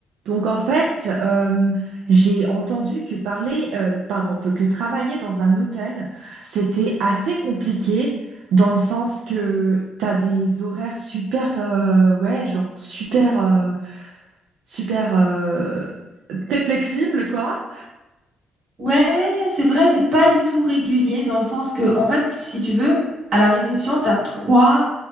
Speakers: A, on the right; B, on the right.
A: Donc en fait, euh, j'ai entendu que parler, euh, pardon, que travailler dans un hôtel, c'était assez compliqué dans le sens que t'as des horaires super, euh, ouais, genre super, euh, super euh, très flexibles quoi.
B: Ouais, c'est vrai, c'est pas du tout régulier dans le sens que, en fait, si tu veux, à la réception, t'as trois